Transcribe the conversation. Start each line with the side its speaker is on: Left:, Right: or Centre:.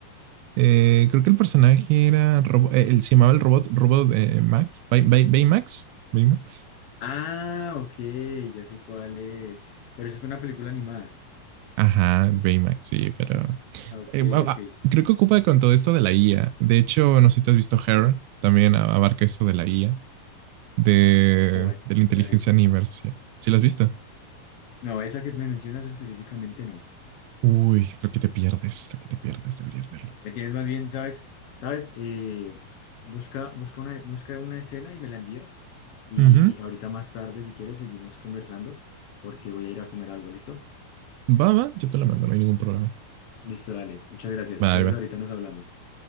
Right: eh, creo que el personaje era Robo- eh, él se llamaba el robot, robot eh, Max, Bay, Bay- Baymax, Baymax.
Left: Ah, ok, ya sé cuál es. Pero eso es una película animada.
Right: Ajá, Baymax, sí, pero
Left: Ah, Ok,
Right: eh, ah,
Left: ok.
Right: ah, creo que ocupa con todo esto de la IA. De hecho, no sé si te has visto Her, también a- abarca esto de la IA, de,
Left: No, esa
Right: de
Left: sí
Right: la inteligencia
Left: no la he visto.
Right: universal. ¿Sí lo has visto?
Left: No, esa que me mencionas específicamente no.
Right: Uy, lo que te pierdes, lo que te pierdes, deberías verlo.
Left: Me tienes más bien, ¿sabes? ¿Sabes? Eh, busca, busca una, busca una escena y me la envías. Y
Right: Ujú.
Left: ahorita más tarde, si quieres, seguimos conversando porque voy a ir a comer algo, ¿listo?
Right: Va, va, yo te la mando, no hay ningún problema.
Left: Listo, dale. Muchas gracias. Entonces
Right: Va, va,
Left: ahorita nos hablamos.